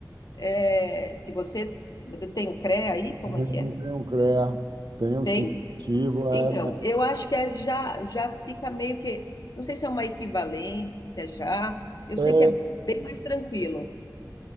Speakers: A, on the left (about 60°); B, on the right (about 80°).
A: é, se você, você tem o CREA aí, como
B: Não
A: é que é?
B: tenho CREA, tenho
A: Tem?
B: sim. Ativo,
A: Então,
B: é
A: eu acho que é já, já fica meio que. Não sei se é uma equivalência já. Eu
B: É,
A: sei que é bem mais tranquilo.